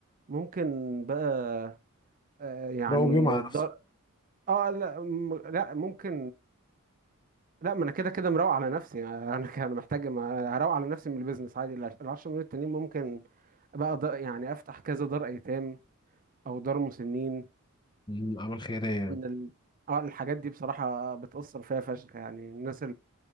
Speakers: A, on the right (about 40°); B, on the left (about 20°).
A: ممكن بقى آه يعني
B: روقوا بيهم على
A: دار
B: نفسك
A: اه لا م- لا ممكن لا ما انا كده كده مروق على نفسي <laughs> يعني انا ك- انا محتاج ما- هروق على نفسي من البيزنس عادي ال 10 مليون التانيين ممكن بقى دار يعني افتح كذا دار ايتام او دار مسنين
B: مم، اعمال خيريه يعني.
A: ان ال... اه الحاجات دي بصراحة بتأثر فيها فشخ يعني الناس